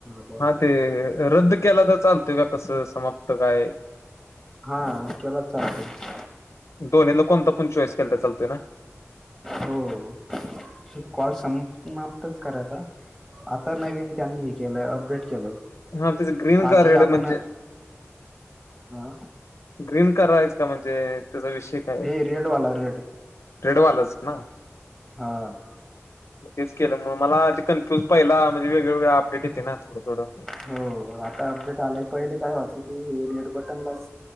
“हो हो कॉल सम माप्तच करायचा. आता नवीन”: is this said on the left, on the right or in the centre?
Right